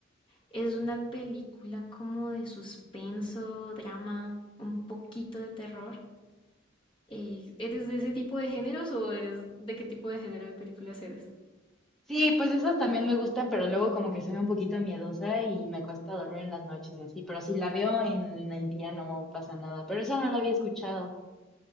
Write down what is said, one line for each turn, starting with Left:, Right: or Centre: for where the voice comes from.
Left: Es una película como de suspenso, drama, un poquito de terror. Eh, ¿eres de ese tipo de géneros o eres de qué tipo de género de películas eres?
Centre: Sí, pues esas también me gustan, pero luego como que soy un poquito miedosa y me cuesta dormir en las noches y así. Pero si la veo en el día no me pasa nada. Pero eso no lo había escuchado.